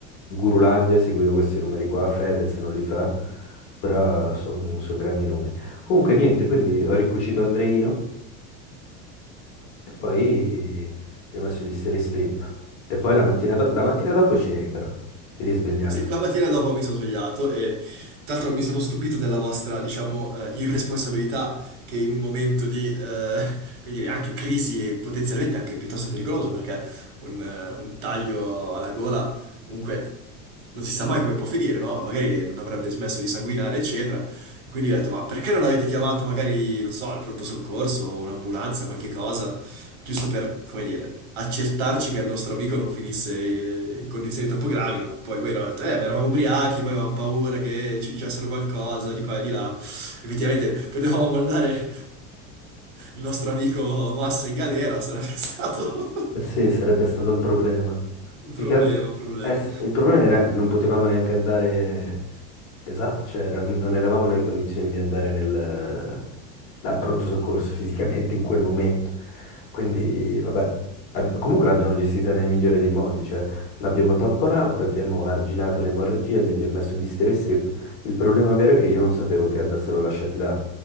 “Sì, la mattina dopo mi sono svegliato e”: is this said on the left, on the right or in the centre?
Right